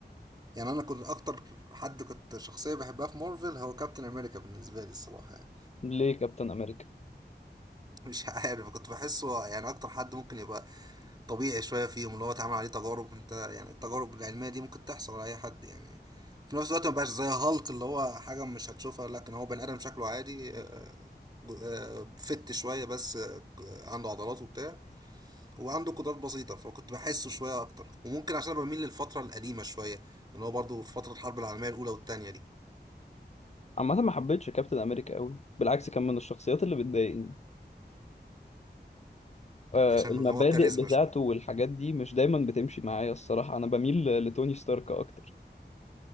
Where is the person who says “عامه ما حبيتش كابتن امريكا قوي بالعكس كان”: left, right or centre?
Left